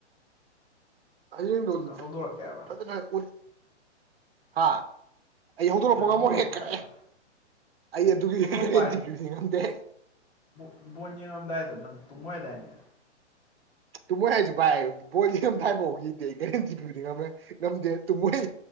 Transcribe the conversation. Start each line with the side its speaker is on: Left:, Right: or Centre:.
Right: ꯍꯌꯦꯡꯗꯣ
Left: ꯅꯪ ꯍꯧꯗꯣꯔꯛꯀꯦ ꯍꯥꯏꯕ꯭ꯔꯥ
Right: ꯐꯖꯅ ꯎꯠ ꯍ ꯑꯩ ꯍꯧꯗꯣꯔꯛꯄ
Left: ꯅꯪ
Right: ꯉꯝꯃꯣꯏ
Left: ꯍꯧꯗꯣꯔꯛꯀꯦ
Right: ꯍꯦꯛ ꯀꯥꯏꯑꯦ
Left: ꯍꯥꯏꯕ꯭ꯔꯥ
Right: ꯑꯩ ꯑꯗꯨꯒꯤꯟ
Left: ꯍꯧꯗꯣꯔꯛꯄ
Right: ꯇꯤ ꯄꯌꯨꯗꯤ ꯉꯝꯗꯦ
Left: ꯉꯝꯗ ꯍꯥꯏꯗꯪ ꯇꯨꯝꯃꯗ ꯍꯥꯏꯅꯦ
Right: ꯇꯨꯝꯃꯣꯏ ꯍꯥꯏꯁꯨ ꯚꯥꯏ ꯕꯣꯏ ꯏꯝ ꯊ ꯍꯥꯏꯕꯈꯤꯗꯦ ꯑꯩ ꯒꯦꯔꯦꯟꯇꯤ ꯄꯤꯕꯗꯤ ꯉꯝꯃꯦ ꯉꯝꯗꯦ ꯇꯨꯝꯃꯣꯏ